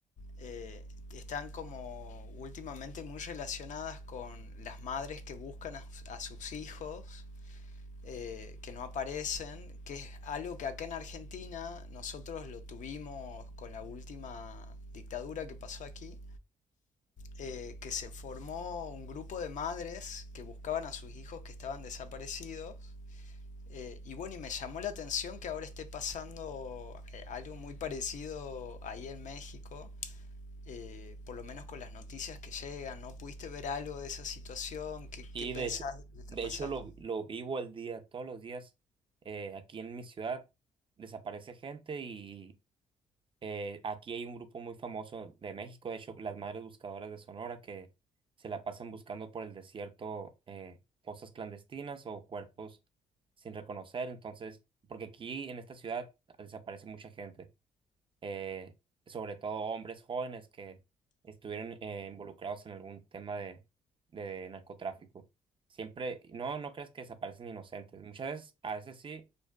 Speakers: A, on the left; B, on the right.
A: eh, están como últimamente muy relacionadas con las madres que buscan a, a sus hijos, eh, que no aparecen, que es algo que acá en Argentina nosotros lo tuvimos con la última dictadura que pasó aquí, eh, que se formó un grupo de madres que buscaban a sus hijos que estaban desaparecidos. Eh, y bueno, y me llamó la atención que ahora esté pasando eh, algo muy parecido ahí en México, eh, por lo menos con las noticias que llegan, ¿no? ¿Pudiste ver algo de esa situación? ¿Qué,
B: Y
A: qué pensás
B: de hecho,
A: de lo que está
B: de
A: pasando?
B: hecho lo, lo vivo al día, todos los días, eh, aquí en mi ciudad desaparece gente y eh, aquí hay un grupo muy famoso de México, de hecho, las Madres Buscadoras de Sonora, que se la pasan buscando por el desierto eh, fosas clandestinas o cuerpos sin reconocer. Entonces, porque aquí en esta ciudad desaparece mucha gente. eh, sobre todo hombres jóvenes que estuvieron eh, involucrados en algún tema de, de narcotráfico. Siempre, no, no crees que desaparecen inocentes. Muchas veces, a veces sí,